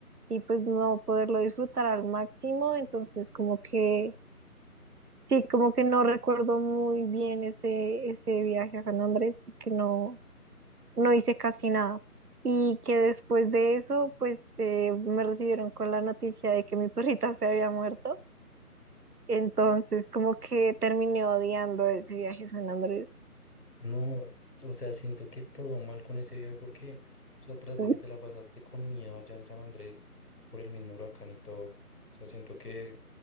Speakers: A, on the right; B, in the centre.
A: y pues no poderlo disfrutar al máximo. Entonces como que... Sí, como que no recuerdo muy bien ese, ese viaje a San Andrés porque no, no hice casi nada. Y que después de eso, pues eh, me recibieron con la noticia de que mi <laughs> perrita se había muerto. Entonces, como que terminé odiando ese viaje a San Andrés.
B: No, o sea, siento que todo mal con ese viaje porque, o sea, tras de
A: <laughs>
B: que te la pasaste con miedo allá en San Andrés por el mismo huracán y todo, o sea, siento que,